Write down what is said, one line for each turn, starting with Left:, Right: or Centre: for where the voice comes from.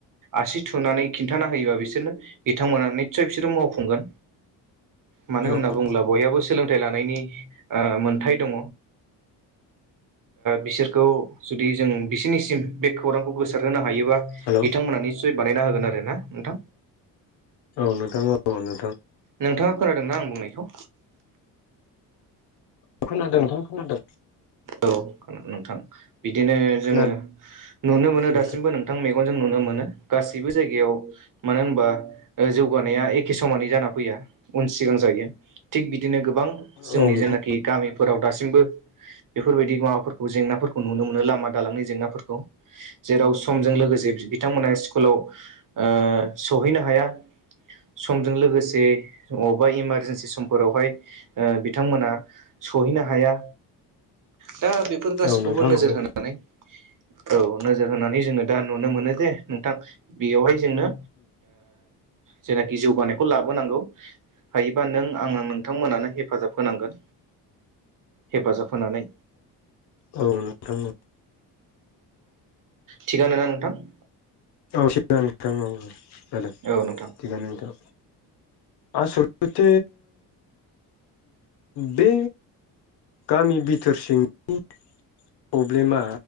Right: आसि थुनानै खिन्था होयोबा बिसोरनो बिथांमोना निस्सय बिसोरो मावफुंगोन मानो
Left: औ
Right: होनना बुंब्ला बयहाबो सों लानायनि मोनथाय दङ बिसोरखौ जुदि जों बिसोरनिसिम बे खौरांखौ गोसार होनोनो हायो ब्ला
Left: हेलौ
Right: बिथांमोना निसय बानायना होगोन आरो ना। नोंथां
Left: औ नोंथां औ नो
Right: नोंथाङा खोनादोंना आं बुंनायखौ
Left: खोनादों नोंथां खोनादों।
Right: औ नोंथां। बिदिनो जोङो
Left: खोनादों
Right: नुनो मोनो
Left: औ
Right: दासिमबो नोंथां मेगनजों नुनो मोनो गासिबो गासैबो जायायाव मानो होनबा जौानाय एखे एखे समानै जाना फैया उन सिगां जायो। थिग बिदिनो ।गोबां जोंनि
Left: नोंथां
Right: जेनाखि गामिफोराव दासिमबो बेफोरबायदि माबाफोरखौ जेंनाफोरखौ नुनो मोनो। लामा दालांनि जेंनाफोरखौ जेराव समजों लोगोसे बिथांमोनहा स्कुलाव ओ सहैनो हाया। समजों लोगोसे अ बा इमारजेेनसि समफोरावहाय बिथांमोना, सहैनो हाया दा बेफोर गासैखौबो
Left: औ नोंथां
Right: नोजोर
Left: औ
Right: होनानै औ नोजोर होनानै जोङो दा नुनो, मोनो जे नोंथां बेयावहा जोंनो जेनाखि जौगानायखौ लाबोनांगौ। हायोबा नों आं नोंथांमोनानो हेफाजाब होनांगोन। हेफाजाब होनानै
Left: औ नोंथां
Right: थिगानो ना नोंथां?
Left: थिगानो नोंथां औ औ खोनादों
Right: औ नोंथां
Left: थिगानो नोंथां। आसलथ बे गामि बिथोर सिंनि प्रब्लेमा